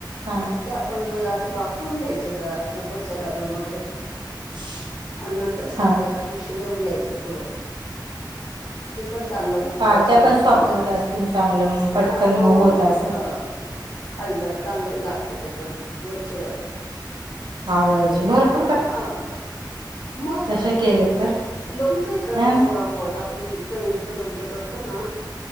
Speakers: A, on the right (about 70°); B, on the left (about 70°).
A: हा
B: अन् ते आपण म्हणजे असं वाफून घ्यायचं जरा कुकरच्या डब्यामध्ये
A: <unintelligible>
B: अन् नंतर साखर
A: हा
B: टाकुण शिजवून घ्यायचं थोडं ते पण चांगलं होतं
A: हा
B: वर्षभर
A: त्या पण सॉफ्ट
B: खायला
A: होत असतील चांगलं मग पटकन
B: हा मऊ होत
A: असेल.
B: हं खायला चांगलं लागतं ते पण वर्षभर
A: आवळ्याचे भरत
B: हा मग
A: तसे केले तर
B: लोणचं ही करता
A: ह
B: गोड आंबट आप आपण कैरीचं लोणच करतो ना